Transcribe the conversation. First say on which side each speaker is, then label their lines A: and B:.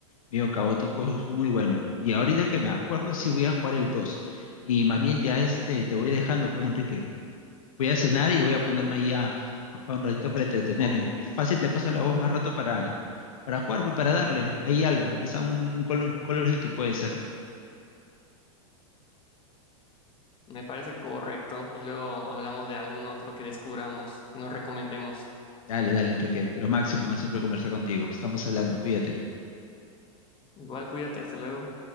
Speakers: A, on the left (about 75°); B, on the left (about 30°).
A: medio caótico, es muy bueno. Y ahorita que me acuerdo, sí voy a jugar el dos Y más bien ya este, te voy dejando, pues, Enrique. Voy a cenar y voy a ponerme ahí a, a jugar un ratito para entretenerme.
B: Ok,
A: Fácil, te paso la voz más rato para, para jugar, pues, para darle ahí algo. Quizá un Call, Call of Duty puede ser.
B: me parece correcto. Y luego hablamos de algún otro que descubramos, nos recomendemos.
A: Dale, dale, Enrique. Lo máximo, ¿ah? Siempre conversar contigo. Estamos hablando, cuídate.
B: Igual cuídate, hasta luego.